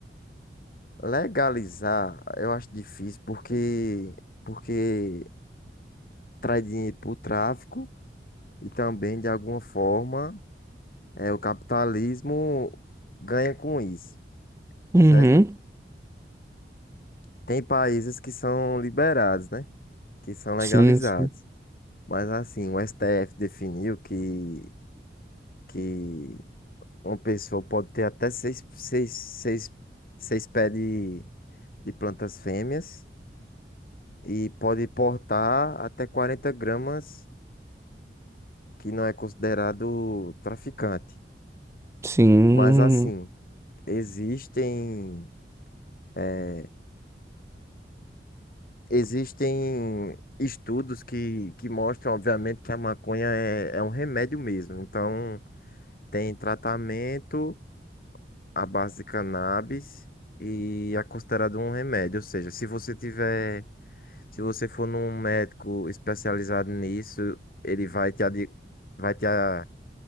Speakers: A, on the left; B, on the right.
A: Legalizar, eu acho difícil porque porque traz dinheiro pro tráfico e também de alguma forma é, o capitalismo ganha com isso, certo?
B: Uhum.
A: Tem países que são liberados, né? Que são legalizados.
B: Sim, sim.
A: Mas assim, o STF definiu que, que uma pessoa pode ter até seis, seis, seis, seis pés de, de plantas fêmeas e pode portar até 40 gramas, que não é considerado traficante.
B: Sim,
A: Mas assim, existem, eh, existem estudos que, que mostram, obviamente, que a maconha é, é um remédio mesmo. Então, tem tratamento. à base de cannabis e é considerado um remédio. Ou seja, se você tiver, se você for num médico especializado nisso, ele vai te, adi- vai te, a-